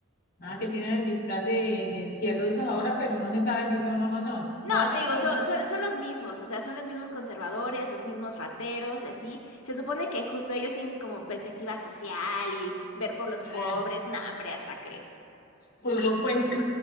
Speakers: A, on the left; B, on the left.
A: Ah, que tienen el disfraz de, de izquierdos ahora, pero no se sabe si son o no son.
B: No,
A: Todas
B: te
A: siguen
B: digo,
A: con
B: so-
A: el mismo-
B: son, son los mismos, o sea, son los mismos conservadores, los mismos rateros, y así. Se supone que justo ellos tienen como perspectiva social y ver por los
A: Ah,
B: pobres. No, hombre, hasta crees.
A: por lo cuento.